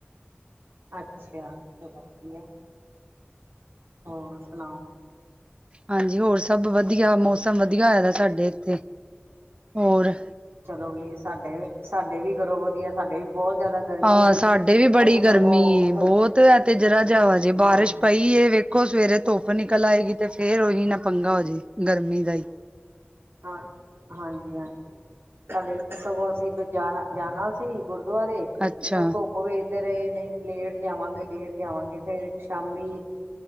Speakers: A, on the right; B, on the right.
A: ਅੱਛਾ ਚਲੋ ਵਧੀਆ। ਹੋਰ ਸੁਣਾਓ।
B: ਹਾਂਜੀ ਹੋਰ ਸਭ ਵਧੀਆ ਮੌਸਮ ਵਧੀਆ ਹੋਏ ਦਾ ਸਾਡੇ ਇੱਥੇ ਹੋਰ।
A: ਚਲੋ ਵੀ ਸਾਡੇ ਵੀ ਸਾਡੇ ਵੀ ਕਰੋ ਵਧੀਆ ਸਾਡੇ ਵੀ। ਬਹੁਤ ਜ਼ਿਆਦਾ ਗਰਮੀ
B: ਹਾਂ
A: ਸੀ
B: ਸਾਡੇ ਵੀ ਬੜੀ
A: ਅਸੀਂ
B: ਗਰਮੀ
A: ਸਗੋਂ
B: ਏ ਬਹੁਤ ਐ ਤੇ ਜਰਾ ਜਿਹੀ ਹਜੇ
A: ਹਾਂ
B: ਬਾਰਿਸ਼ ਪਈ ਏ ਵੇਖੋ। ਦੇਖੋ ਸਵੇਰੇ ਧੁੱਪ ਨਿਕਲ ਆਏਗੀ ਤੇ ਫੇਰ ਉਹੀ ਨਾ ਪੰਗਾ ਹੋਜੇ ਗਰਮੀ ਦਾ ਹੀ।
A: ਹਾਂ ਹਾਂਜੀ-ਹਾਂਜੀ ਸਾਡੇ ਸਗੋਂ ਅਸੀਂ ਜਾਣਾ-ਜਾਣਾ ਸੀ ਗੁਰ। ਦੇ
B: ਅੱਛਾ
A: ਉਹ ਧੁੱਪ ਵੇਖਦੇ ਰਹੇ ਨੇ। ਲੇਟ ਜਾਵਾਂਗੇ, ਲੇਟ ਜਾਵਾਂਗੇ ਫੇਰ ਸ਼ਾਮੀ